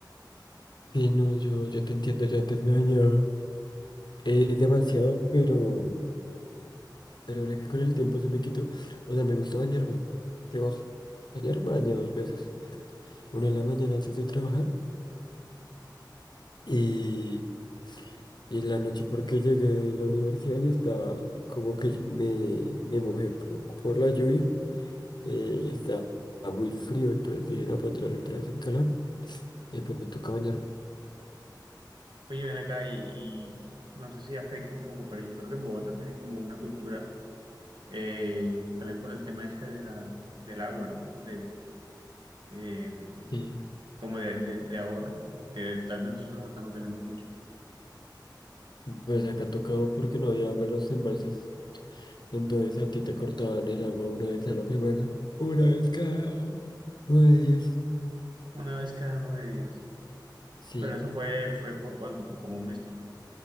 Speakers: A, on the left; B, on the right.
A: Sí, no, yo, yo te entiendo, yo antes me bañaba eh, demasiado, pero, pero mira que con el tiempo se me quitó. O sea, me gusta bañarme. Tengo que bañarme, me baño dos veces. Una en la mañana antes de trabajar y, y en la noche porque llegué de la universidad y estaba como que me, me mojé por, por la lluvia eh, y estaba muy frío, entonces dije, no, puedo entrar otra vez en calor. Y pues me toca bañarme.
B: Oye, ven acá y, y no sé si afecta un poco, pero yo creo que en Bogotá tienen como una cultura eh, también por el tema este de la, del agua, ¿no? De, eh,
A: Y
B: como de, de- de ahorro, que tal vez nosotros acá no tenemos mucho,
A: pues acá tocaba porque no había agua en los embalses. Entonces a ti te cortaban el agua una vez a la semana. Una vez cada nueve días.
B: una vez cada nueve días,
A: Sí.
B: pero eso fue, fue por cuánto, por como un mes, ¿no?